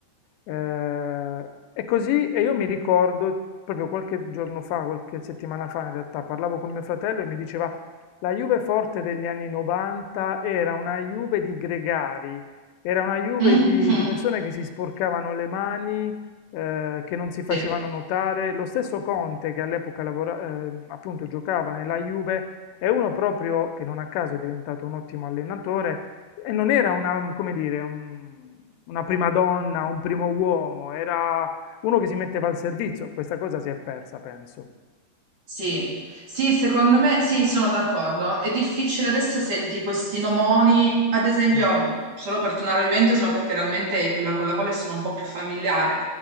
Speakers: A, on the left; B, on the right.
A: eh, è così e io mi ricordo proprio qualche giorno fa, qualche settimana fa in realtà, parlavo con mio fratello e mi diceva la Juve forte degli anni 90 era una Juve di gregari. Era una Juve
B: Mhm.
A: di, di persone che si sporcavano le mani, eh, che non si facevano
B: Sì.
A: notare. Lo stesso Conte, che all'epoca lavora- eh, appunto giocava nella Juve, è uno proprio che non a caso è diventato un ottimo allenatore e non era una, come dire, un- una prima donna, un primo uomo, era uno che si metteva al servizio. Questa cosa si è persa, penso.
B: Sì, sì, secondo me sì, sono d'accordo. È difficile adesso senti questi nomoni, ad esempio,
A: Sì,
B: solo per tornare al Juventus, ma perché realmente è quella con la quale sono un po' più familiare.